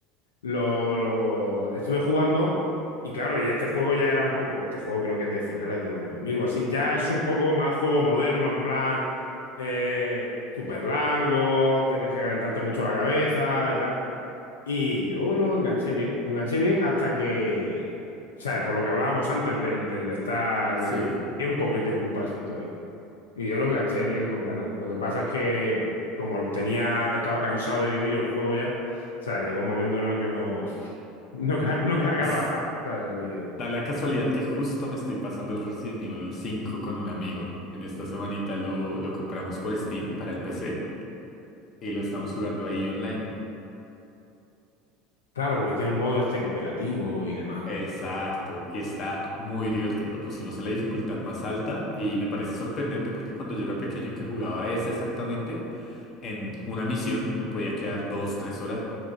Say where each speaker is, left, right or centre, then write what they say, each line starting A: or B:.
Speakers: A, on the left (about 85°); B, on the left (about 45°).
A: lo, lo estuve jugando y claro, y este juego ya era un poco, porque este juego creo que es de finales de los 2000 o así, ya es un poco más juego moderno, en plan eh, súper largo, tenés que calentarte mucho la cabeza y tal. Y yo lo enganché bien, lo enganché bien hasta que, ¿sabes? Por lo que hablábamos antes del, del estar,
B: sí.
A: del tiempo que te ocupa esa historia. Y yo lo enganché bien con ganas. Lo que pasa es que como tenía, estaba cansado de vivir el juego ya, o sea, llegó un momento en el que no, <laughs> no, car- no cargaba
B: Pues
A: más. ¿sabes? Y,
B: da la casualidad que justo me estoy pasando el Resident Evil 5 con un amigo. En esta semanita lo, lo compramos por Steam para el PC y lo estamos jugando ahí online.
A: claro, porque tiene el modo este cooperativo y demás,
B: Exacto,
A: ¿no?
B: y está muy divertido. Lo pusimos en la dificultad más alta y me parece sorprendente porque cuando yo era pequeño que jugaba ese exactamente, en una misión me podía quedar dos, tres horas